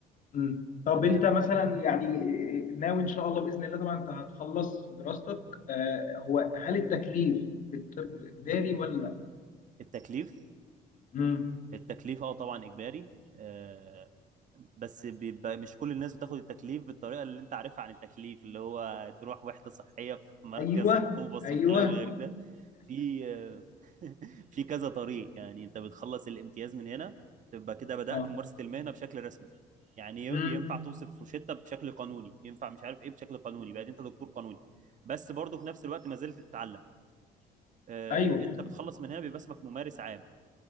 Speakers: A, on the left; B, on the right.
A: مم. طب
B: آه،
A: انت مثلا يعني ناوي ان شاء الله باذن الله طبعا انت هتخلص دراستك آه هو هل التكليف بالطب اجباري ولا
B: التكليف
A: امم
B: التكليف اه طبعا اجباري آه، بس بيبقى مش كل الناس بتاخد التكليف بالطريقه اللي انت عارفها عن التكليف اللي هو تروح وحده صحيه في مركز
A: ايوه
B: مطوبس
A: ايوه
B: والكلام الغريب ده في آه، <laughs> في كذا طريق يعني انت بتخلص الامتياز من هنا تبقى كده بدأت
A: اه
B: ممارسه المهنه بشكل رسمي يعني ي-
A: امم
B: ينفع توصف روشتة بشكل قانوني ينفع مش عارف ايه بشكل قانوني بقى انت دكتور قانوني بس برضه في نفس الوقت ما زلت تتعلم آه،
A: ايوه
B: انت بتخلص من هنا بيبقى اسمك ممارس عام